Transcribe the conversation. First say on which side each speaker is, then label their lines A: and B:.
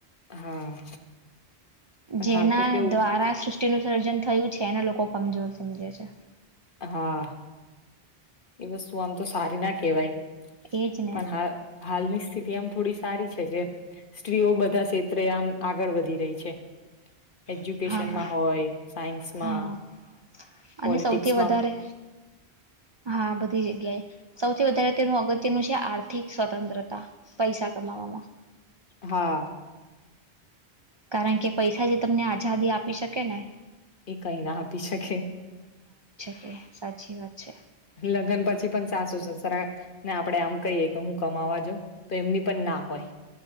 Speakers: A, on the left (about 50°); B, on the right (about 40°).
A: હા પણ
B: જેના
A: હાલ તો કેવું
B: દ્વારા સૃષ્ટિનું. વિસર્જન થયું છે અનેને લોકો કમજોર સમજે છે.
A: હા એ વસ્તુ આમ તો સારી ના કેહેવાય.
B: એજ ને
A: પણ હાલ હાલની એમ થોડી સારી કે સ્ત્રીઓ બધા ક્ષેત્રે આમ આગળ વધી રહી છે. એજ્યુકેશનમાં
B: હા
A: હોય સાયન્સમાં
B: હા અને
A: પોલિટિકસ
B: સૌથી વધારે હા બધી જગ્યાએ સૌથી વધારે તેનું અગત્યનું છે આર્થિક સ્વતંત્રતા પૈસા કમાવામાં.
A: હા
B: કારણ કે પૈસા જે તમને આઝાદી આપી શકે ને.
A: એ કઈ ના આપી શકે.
B: ઓકે સાચી વાત છે.
A: લગ્ન પછી પણ સાસુ છે સર ને આપડે આમ કહીએ કે હું કમાવા જો તો એમની પણ ના હોય.